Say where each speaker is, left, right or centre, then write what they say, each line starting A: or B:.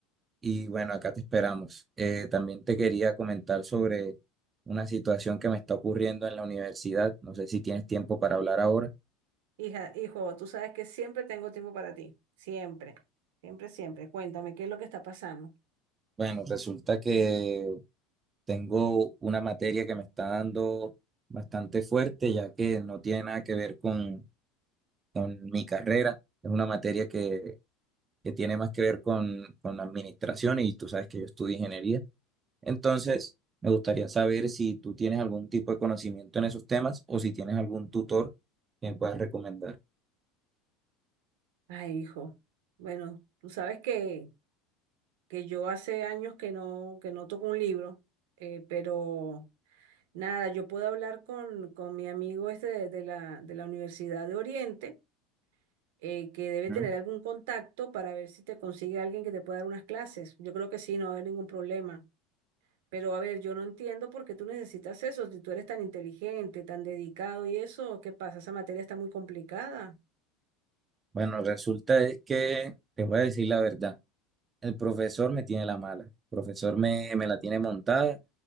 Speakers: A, on the right; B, on the right.
A: Y bueno, acá te esperamos. Eh, también te quería comentar sobre una situación que me está ocurriendo en la universidad. No sé si tienes tiempo para hablar ahora.
B: Hija, hijo, tú sabes que siempre tengo tiempo para ti. Siempre, siempre, siempre. Cuéntame, ¿qué es lo que está pasando?
A: Bueno, resulta que Tengo una materia que me está dando bastante fuerte, ya que no tiene nada que ver con, con mi carrera. Es una materia que, que tiene más que ver con, con la administración y tú sabes que yo estudio ingeniería. Entonces, me gustaría saber si tú tienes algún tipo de conocimiento en esos temas o si tienes algún tutor que me puedas recomendar.
B: Ay, hijo. Bueno, tú sabes que, que yo hace años que no, que no toco un libro, eh, pero nada, yo puedo hablar con, con mi amigo este de, de la, de la Universidad de Oriente, eh, que debe
A: ¿Mm?
B: tener algún contacto para ver si te consigue alguien que te pueda dar unas clases. Yo creo que sí, no va a haber ningún problema. Pero a ver, yo no entiendo por qué tú necesitas eso, si tú eres tan inteligente, tan dedicado y eso, ¿qué pasa? Esa materia está muy complicada.
A: Bueno, resulta es que te voy a decir la verdad. El profesor me tiene la mala. El profesor me, me la tiene montada